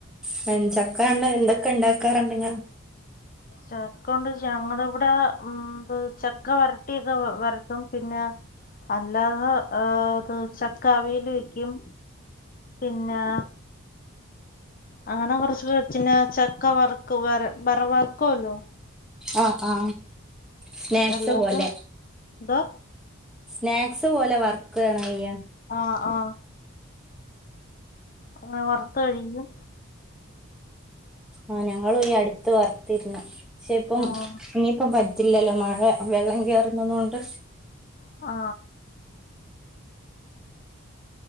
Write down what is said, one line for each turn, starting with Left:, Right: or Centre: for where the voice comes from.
Centre: മെ ചക്കണ്ട് എന്തൊക്കെ ഉണ്ടാക്കാറുണ്ട് ങ്ങള്
Left: ചക്കണ്ട് ഞങ്ങള് വിടെ ഉത് ചെക്ക വരട്ടി വരത്തും പിന്നെ അല്ലാതെ ഏത് ചക്കവിൽ വക്കും പിന്നെ അങ്ങനെ കൊറച്ചവച്ചന്ന ചക്ക വറക്ക് ഉപരം ബർവാ ഹലോ
Centre: ആ ആ സ്നാക്സ്
Left: അല്ലാതെ
Centre: പോലെ
Left: എന്തോ
Centre: സ്നാക്സ് പോലെ വർക്ക് ആണോ യ്യാ
Left: ആ ആ അങ്ങനെ വർത്ത് കഴിക്കും
Centre: ആ ഞങ്ങളും ഈ അട്ത്ത് വർത്തിര്ന്നു ക്ഷെ ഇപ്പം
Left: ആഹ്
Centre: ഇനിപ്പം പറ്റ റ്റില്ലല്ലോ മഴ വെള്ളം കേറ്ന്നതോണ്ട്
Left: ആ